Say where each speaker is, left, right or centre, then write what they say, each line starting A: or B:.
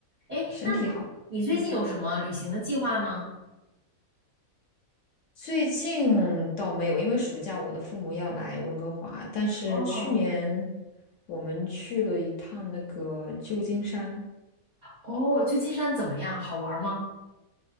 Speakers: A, on the right (about 45°); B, on the left (about 65°).
A: 哎，
B: 身体好。
A: 那你你最近有什么旅行的计划吗？
B: 嗯，最近倒没有，因为暑假我的父母要来温哥华，但是去年
A: 哦
B: 我们去了一趟那个旧金山，
A: 哦，旧金山怎么样？好玩吗？